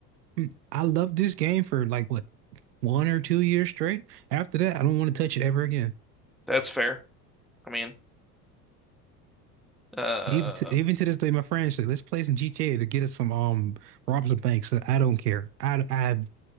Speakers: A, on the right; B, in the centre.
A: Mm. I loved this game for like what, one or two years straight. After that, I don't want to touch it ever again.
B: That's fair. I mean, uh,
A: Even to, even to this day, my friends say, let's play some GTA to get us some um rob some banks. So I don't care. I I